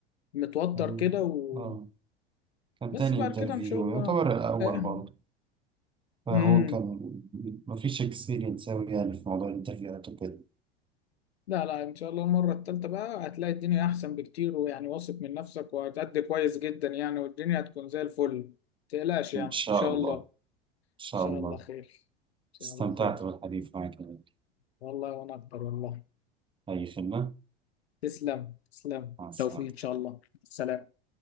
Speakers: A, on the left (about 85°); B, on the right (about 15°).
A: متوتر
B: كان-
A: كده و...
B: اه كان
A: بس
B: تاني
A: بعد
B: انترفيو
A: كده ان شاء الله
B: يعتبر الأول
A: آه.
B: برضه فهو
A: مم.
B: كان مفيش اكسبيرينس أوي يعني في موضوع الانترفيوهات وكده
A: لا لا ان شاء الله المره الثالثه بقى هتلاقي الدنيا احسن بكتير ويعني واثق من نفسك وهتأدي كويس جدا يعني والدنيا هتكون زي الفل متقلقش يعني
B: إن شاء
A: ان شاء
B: الله
A: الله ان
B: إن شاء
A: شاء
B: الله
A: الله خير ان شاء
B: استمتعت
A: الله خير
B: بالحديث معك يا غالي.
A: والله وانا اكتر والله
B: أي خدمة
A: تسلم تسلم
B: مع السلامة
A: توفيق ان شاء الله سلام